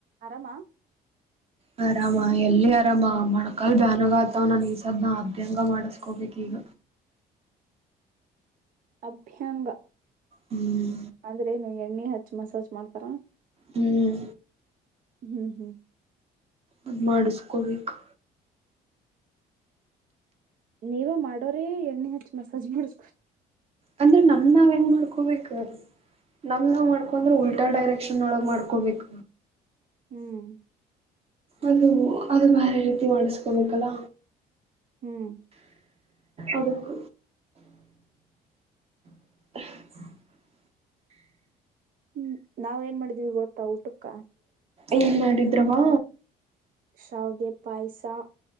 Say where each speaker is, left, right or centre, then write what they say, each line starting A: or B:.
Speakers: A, on the right; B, on the right.
A: ಆರಾಮಾ
B: ಹ್ಮ ಆರಾಮ ಎಲ್ಲಿ ಆರಾಮ ಮಾಡ ಕಾಣಬಾನೆ ಆತವ್ ನಾನ ಈ ಸದ್ನ ಅಭ್ಯಂಗ ಮಾಡಿಸಕೋಬೇಕ ಈಗ
A: ಅಭ್ಯಂಗ
B: ಹ್ಮ್
A: ಅಂದ್ರೆನು ಎಕ್ ನಿ <unintelligible> ಹೆಚ್ಚ ಮಸಾಜ್ ಮಾಡ್ತಾರ
B: ಹ್ಮ್
A: ಹ್ಮ್ ಹ್ಮ್
B: ಅದು ಮಾಡಿಸ್ಕೋಬೇಕು
A: ನೀವ ಮಾಡೋರ ಎಣ್ಣೆ ಹಚ್ಚ ಮಸಾಜ್ ಮಾಡಿಸ್ಕೊ
B: ಅಂದ್ರೆ ನಮ್ ನಾವ ನ್ ಮಾಡ್ಕೊಬೇಕ ನಮ್ ನಾವ್ ಮಾಡ್ಕೊಂದ್ರೆ ಉಲ್ಟಾ ಡೈರೆಕ್ಷನ್ ಒಳಗ್ ಮಾಡ್ಕೊಬೇಕ
A: ಹ್ಮ್
B: ಅದು ಅದು ಬಾರಿ ರೀತಿ ಮಾಡಿಸಕೋಬೇಕಲ್ಲ
A: ಹ್ಮ್
B: ಅದಕ್ <unintelligible>
A: ಹ್ಮ್ ನಾವ ಏನ್ ಮಾಡಿದೀವಿ ಗೊತ್ತಾ ಊಟಕ್ಕ
B: ಏನ್ ಮಾಡಿದ್ರಮಾ
A: ಸೌಗೆ ಪಾಯಸ ತ